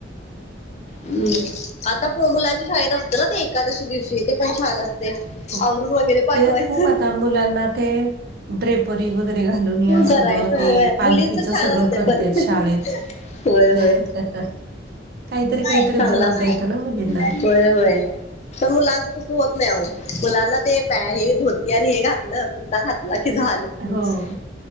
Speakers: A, on the left; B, on the right.
A: हम् आता पो मुलांच्या शाळेत असतें ना ते एकादशी दिवशी ते पण छान अस तय
B: खूप
A: आवरुून वगैरे पाठवायचं.
B: ते खूप आता मुलांना ते ड्रेपरी वगैरे घालून या
A: करायचं
B: सगळं ते
A: होय
B: पालखीच
A: मुलींच
B: सगळं
A: छान असते
B: करते
A: पण
B: शाळेत.
A: होय
B: <inaudible>
A: होय
B: काहीतरी
A: चांगला
B: काहीतरी बनवता
A: असतो.
B: येतं ना मुलींना.
A: होय होय पण मुलांचं तसं होत नाही अ मुलांना ते प हे धोती आणि हे घातलं कुर्ता घात की झालं त्यांच
B: हो.